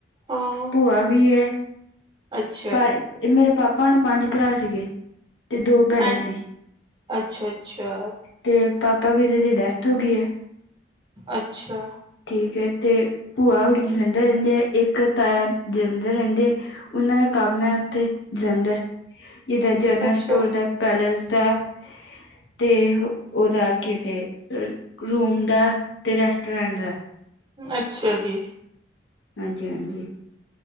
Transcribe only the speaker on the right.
ਹਾਂ
ਅੱਛਾ
ਹਾਂ
ਅੱਛਾ ਅੱਛਾ
ਅੱਛਾ।
ਅੱਛਾ
ਅੱਛਾ ਜੀ।